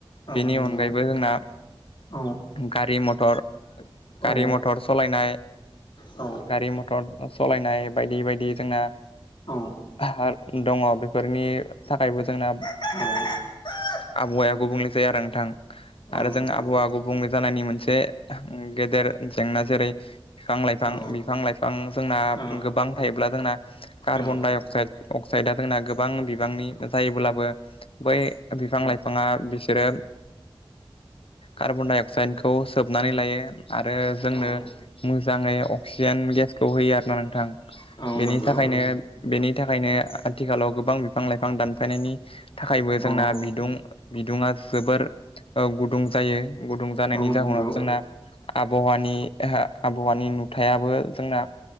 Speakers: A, on the left; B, on the left.
A: औ
B: बेनि
A: नंगौ
B: अनगायैबो जोंना
A: औ
B: गारि मथर गारि
A: औ
B: मथर सलायनाय
A: औ
B: गारि मटर सलायनाय बायदि बायदि जोंना
A: औ
B: दङ बे बेफोरनि थाखायबो जोंना
A: औ
B: आबहावाया गुबुंले जाया आरो नोंथां
A: औ
B: आरो जों
A: नंगौ
B: आबहावा गुबुंले जानायनि मोनसे से गेदेर जेंना जेरै बिफां लाइफां
A: औ
B: बिफां लाइफां जोंना
A: औ
B: गोबां थायोब्ला जोंना कार्बन
A: औ
B: दडाइ अक्साइड अक्साइदआ जोंना गोबां बिबांनि जायोब्लाबो बै बिफां लाइफाङा बिसोरो कार्बन डाइ अक्साइद खौ सोबनानै लायो आरो जोंनो
A: औ
B: मो जाङै अक्सिजेन गेसखौ होयो आरो ना नोंथां
A: औ नंगौ
B: बेनि थाखायनो बेनि थाखायनो आथिखालाव गोबां बिफां लाइफां दानफायनायनि थाखायबो जोंना
A: औ
B: बिदुं-बिदुङा जोबोर अ गुदुं जायो। गुदुं जानायनि
A: औ
B: जाहोनाव
A: नंगौ
B: जोंना आबहावानि-आबहावानि नुथायाबो जोंना